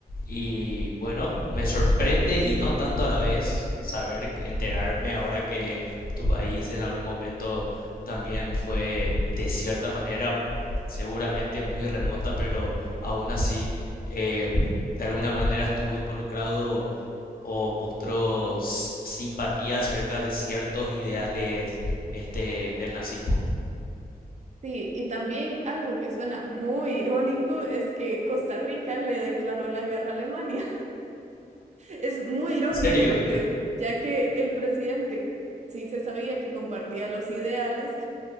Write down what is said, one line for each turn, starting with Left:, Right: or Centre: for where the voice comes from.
Left: y bueno, me sorprende y no tanto a la vez saber, enterarme ahora que tu país en algún momento también fue de cierta manera seguramente muy remota, pero aún así eh, de alguna manera estuvo involucrado o mostró s- simpatía acerca de ciertos ideales este del nazismo.
Right: Sí, y también algo que suena muy irónico es que Costa Rica le declaró la guerra a Alemania. Es muy irónico
Left: ¿En serio?
Right: porque ya que el presidente sí se sabía que compartía los ideales,